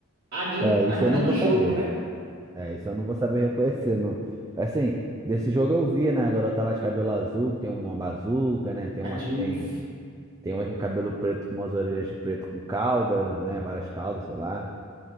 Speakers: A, on the right; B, on the right.
A: a game,
B: É, isso
A: a história
B: eu não
A: do
B: vou
A: jogo,
B: saber.
A: né?
B: É, isso eu não vou saber reconhecer. Não. Assim, desse jogo eu via, né? A garota lá de cabelo azul, que tem uma bazuca, né? Tem
A: A
B: uma
A: Jinx.
B: que tem. Tem uma que tem cabelo preto com umas orelhas de preto com cauda, né? Várias caudas, sei lá.